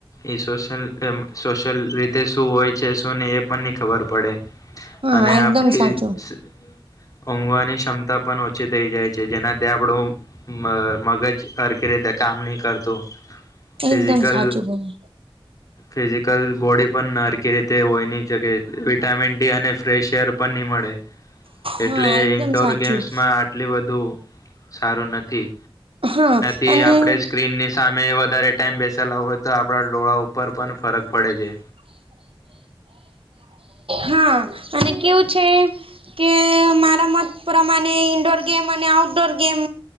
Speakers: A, on the left; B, on the right.
A: એ સોશિયલ એમ સોશિયલ રીતે શું હોય છે, શું નહીં એ પણ નહી ખબર પડે.
B: હા
A: અને
B: એકદમ
A: આપડી
B: સાચું
A: સ ઊંઘવાની ક્ષમતા પણ ઓછી થઈ જાય છે, જેનાથી આપડું મ-મગજ હરકી રીતે કામ નહીં કરતું. ફિઝિકલ
B: એકદમ સાચું બોલે
A: ફિઝિકલ બોડી પણ નારકી રીતે હોય નહીં શકે વિટામિન ડી અને એર પણ મળે. એટલે
B: હા એકદમ
A: ઈન્ડોરગેમ્સ
B: સાચું
A: માં આટલી બધું સારું નથી.
B: હા.
A: થી
B: અને
A: આપડે સ્ક્રીન ની સામે વધારે ટાઈમ બેસેલા હો તો આપડા ડોળા ઉપર પણ ફરક પડે છે.
B: હા અને કેવું છે કે મારા મત પ્રમાણે ઇન્ડોર ગેમ અને આઉટડોર ગેમ